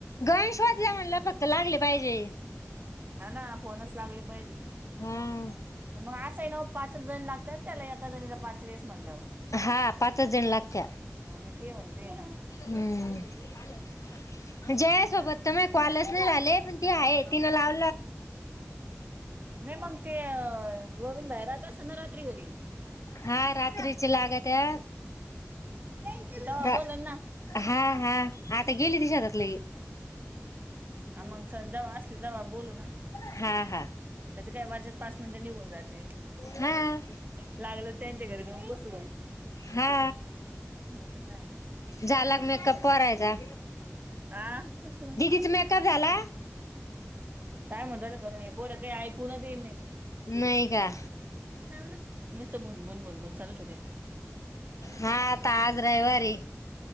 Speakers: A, on the left; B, on the right.
A: गणेशवात जाऊनला फक्त लागले पाहिजे
B: ह ना फोनच लागले पाहिजे
A: हा
B: पण मग असंय ना पाचच जण लागत ना त्याला कजणीला पाच वेळेस म्हनल्यावर
A: हा पाचच जण लागत्या
B: ह मी ते म्हणते ना
A: हम्म जय
B: एका
A: सोबत
B: जण
A: त क्ॉलस नाही झाले पण ती आहे तिनं लाव
B: नाही मग ते गोविंद बाहेरहत असतना रात्री घरी
A: हा रात्रीची लागत्या
B: तेव्हा
A: रा
B: बोलन ना
A: हा हा आता गेली तिशातातले
B: ह मग जव असली तेव्हा बोलू ना
A: हा हा
B: त्याच काय वारच्याात पाच मिनिटं निघून जाते
A: हा
B: लागल त्यांच्या घरी जाऊन बसू
A: हा
B: नाही तर काय
A: झालाग मेकअप करायचा
B: हा कसहि
A: च मेकअप झाला
B: ह् काय म्हणतालं काण हे पोर काही ऐकून दे नाही
A: नाही का
B: लाव मस्त भुनभन भुन ब चालत होत्या
A: हा ताज रहिवारी